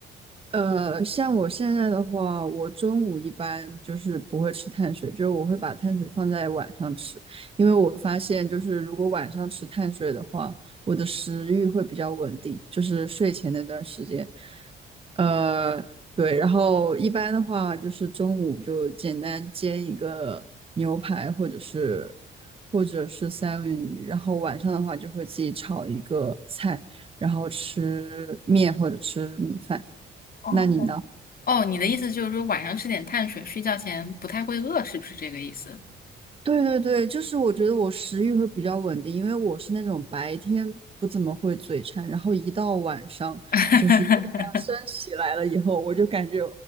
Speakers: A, on the right (about 30°); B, on the left (about 50°).
A: 呃，像我现在的话，我中午一般就是不会吃碳水，就是我会把碳水放在晚上吃，因为我发现就是如果晚上吃碳水的话，我的食欲会比较稳定，就是睡前那段时间。呃，对，然后一般的话就是中午就简单煎一个牛排或者是或者是三文鱼，然后晚上的话就会自己炒一个菜，然后吃面或者吃米饭。
B: 哦，
A: 那你呢？
B: 哦，你的意思就是说晚上吃点碳水，睡觉前不太会饿，是不是这个意思？
A: 对对对，就是我觉得我食欲会比较稳定，因为我是那种白天不怎么会嘴馋，然后一到晚上就是月亮升起来了以后，
B: <laughs>
A: 我就感觉